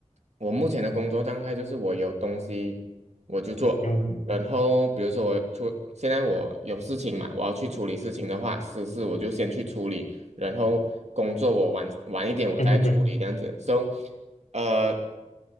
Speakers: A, on the right; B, on the left.
A: 我目前的工作状态就是我有东西我就做，
B: 嗯哼
A: 然后比如说我出，现在我有事情嘛，我要去处理事情的话，私事我就先去处理，然后工作我晚晚一点我再处理这样子，so
B: 嗯哼嗯哼
A: 呃。